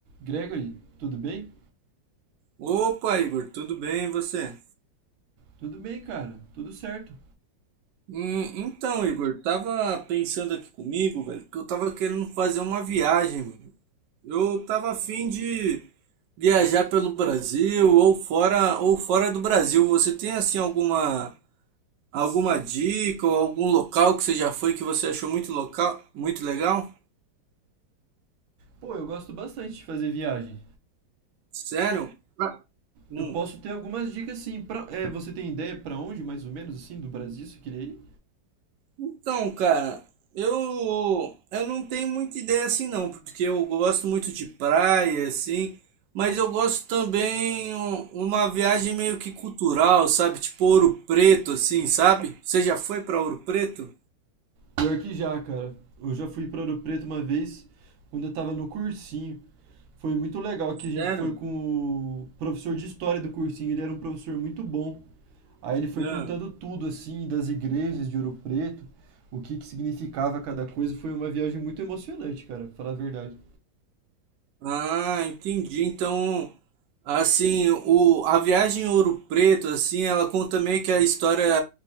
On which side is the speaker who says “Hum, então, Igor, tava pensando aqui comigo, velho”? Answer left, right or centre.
Right